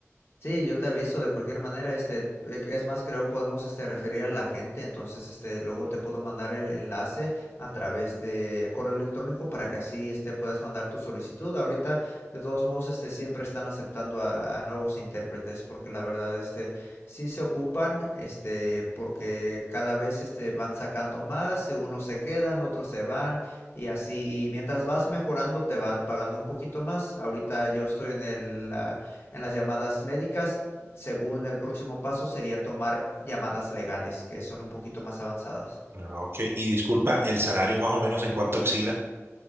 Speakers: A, on the left; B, on the right.
A: Sí, yo te aviso de cualquier manera, este, e- es más, creo podemos este referir a la gente, entonces este luego te puedo mandar el enlace a través de correo electrónico para que así este puedas mandar tu solicitud. Ahorita, de todos modos, este siempre están aceptando a, a nuevos intérpretes porque la verdad este sí se ocupan, este porque cada vez este van sacando más, y unos se quedan, otros se van y así y mientras vas mejorando te van pagando un poquito más. Ahorita yo estoy en el ah, en las llamadas médicas, según el próximo paso sería tomar llamadas legales, que son un poquito más avanzadas.
B: Ah, ok, y disculpa, el salario más o menos en cuánto oscila.